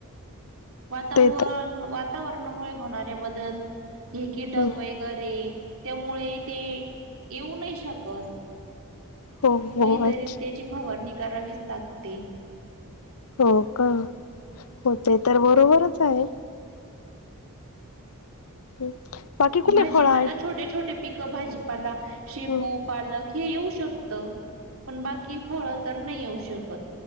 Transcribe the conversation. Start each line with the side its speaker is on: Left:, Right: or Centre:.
Right: वातामूळ
Left: ते तर
Right: वातावरणामुळे होणाऱ्या बदल हे कीटक
Left: हम्म.
Right: वै गैरे त्यामुळे ते येऊ नाही शकत.
Left: हो हो
Right: काहीतरी
Left: अच्छ
Right: त्याची फवारणी करावीच लागते.
Left: हो का हो ते तर बरोबरच आहे. <inaudible>
Right: भाजीपाला,
Left: फळ आहे
Right: छोटे, छोटे पिकं भाजीपाला. शेपू,
Left: हो
Right: पालक, हे येऊ शकत पण बाकी फळं तर नाही येऊ शकत.